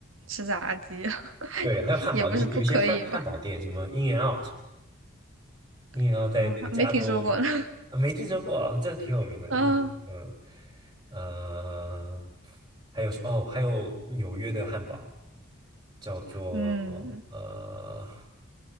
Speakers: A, on the right; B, on the right.
A: 吃炸鸡，<laughs>
B: 对，还有汉堡，
A: 也不是不可以吧，
B: 有有一些汉汉堡店，什么 In and Out。鹰眼要在那个加州
A: <laughs> 啊，没听说过呢，
B: 啊，没听说过啊，这个挺有名的。
A: <laughs> 啊
B: 鹰，嗯，呃，还有是哦，还有纽约的汉堡叫做呃，
A: 嗯。